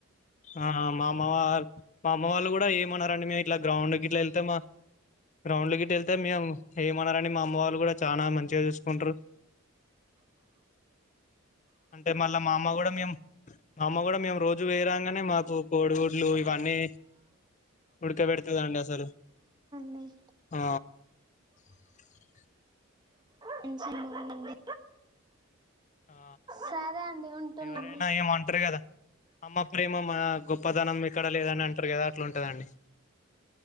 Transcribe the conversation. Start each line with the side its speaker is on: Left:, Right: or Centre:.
Left: ఆ మా అమ్మ వా మా అమ్మ వాళ్ళు కూడా ఏమన్నారండి. మే ఇట్లా గ్రౌండ్ ఇట్లా వెళ్తే మా గ్రౌండ్కి వెళ్తే, మేము ఏమనరు మా అమ్మ వాళ్ళు కూడా, చాలా మంచిగా చూసుకుంటారు. అంటే మళ్ళా మా అమ్మ కూడా మేము మా అమ్మ కూడా మేము రోజు పోయరాంగానే, మాకు కోడిగుడ్లు ఇవన్నీ ఉడకబెడుతుందండి అసలు
Right: నీ
Left: ఆ <inaudible>
Right: మంచిగా ఉందండి
Left: ఆ
Right: సరే అండి ఉంటున్నాండి
Left: ఎవరైనా ఏమ అంటారు కదా? అమ్మ ప్రేమ గొప్పతనం ఎక్కడ లేదని అంటారు కదా? అట్లా ఉంటాదాండి.